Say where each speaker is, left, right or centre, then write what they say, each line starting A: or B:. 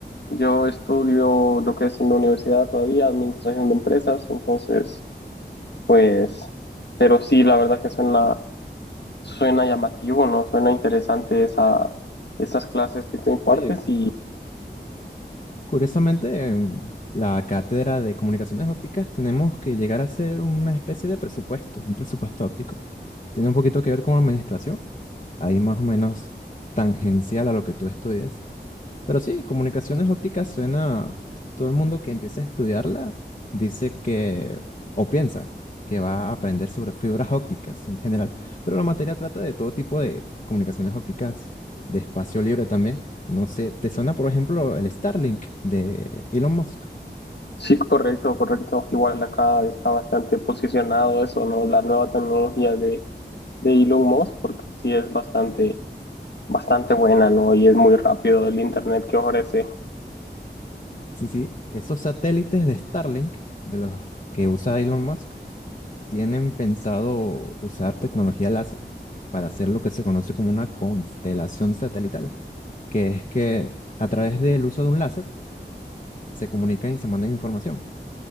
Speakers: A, on the left (about 65°); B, on the left (about 45°).
A: yo estudio lo que es en la universidad todavía, administración de empresas, entonces... Pues, pero sí, la verdad que suena, suena llamativo, ¿no? Suena interesante esa, esas clases que tú impartes
B: Oye.
A: y
B: Curiosamente, en la cátedra de comunicaciones ópticas tenemos que llegar a hacer una especie de presupuesto, un presupuesto óptico. Tiene un poquito que ver con administración, ahí más o menos tangencial a lo que tú estudias. Pero sí, comunicaciones ópticas suena, todo el mundo que empieza a estudiarla dice que, o piensa que va a aprender sobre fibras ópticas en general, pero la materia trata de todo tipo de comunicaciones ópticas de espacio libre también. No sé, ¿te suena por ejemplo el Starlink de Elon Musk?
A: sí, correcto, correcto. Igual acá está bastante posicionado eso, ¿no? La nueva tecnología de, de Elon Musk, porque sí es bastante, bastante buena, ¿no? Y es muy rápido el internet que ofrece.
B: Sí, sí, esos satélites de Starlink, de los que usa Elon Musk, tienen pensado usar tecnología láser para hacer lo que se conoce como una constelación satelital que es que a través del uso de un láser se comunican y se mandan información.